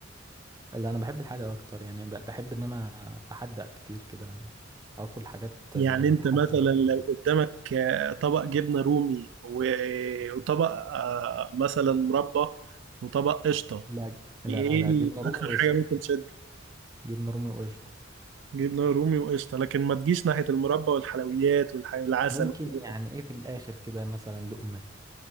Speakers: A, on the right (about 20°); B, on the right (about 65°).
A: لا انا بحب الحادق اكتر يعني ب- بحب ان انا احدق كتير كده اكل حاجات
B: يعني انت
A: حادقه
B: مثلا لو قدامك آه، طبق جبنه رومي و- وطبق آه، مثلا مربى وطبق قشطه
A: لا لا
B: ايه
A: لا
B: ال-
A: جبنة رومي
B: اكتر
A: وقشطة
B: حاجه ممكن تشد
A: جبنة رومي وقشطة
B: جبنه رومي وقشطه لكن ما تجيش ناحيه المربى والحلويات والح- والعسل
A: ممكن
B: وكده.
A: يعني ايه في الاخر كده مثلا لقمة